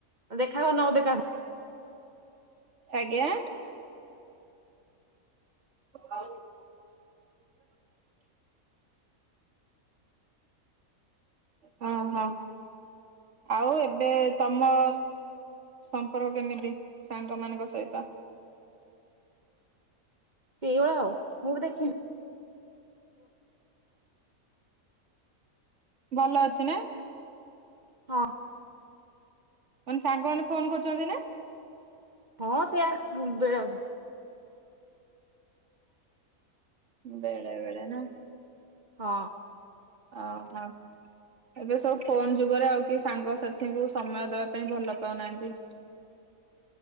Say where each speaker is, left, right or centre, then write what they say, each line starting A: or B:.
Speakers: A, on the right (about 35°); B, on the right (about 55°).
A: ଦେଖା ହବ ନ ଦେଖା
B: ଆଜ୍ଞା।
A: ।
B: ଆ। ହଁ ହଁ ଆଉ ଏବେ ତମ ସମ୍ପର୍କ କେମିତି ସାଙ୍ଗମାନଙ୍କ ସହିତ?
A: । ସେଇଭଳିଆ ଆଉ ମୁଁ ବି ଦେଖି।
B: ଭଲ ଅଛି ନା।
A: ହଁ।
B: ମାନେ ସାଙ୍ଗମାନେ ଫୋନ କରୁଛନ୍ତି ନା?
A: ହଁ ସେୟା <inaudible>
B: ବେଳେ ବେଳେ ନା।
A: ହଁ।
B: ଓ ହୋ। ଏବେ ସବୁ ଫୋନ ଯୁଗରେ ଆଉ କିଏ ସାଙ୍ଗସାଥିଙ୍କୁ ସମୟ ଦେବା ପାଇଁ ଭଲ ପାଉନାହାନ୍ତି।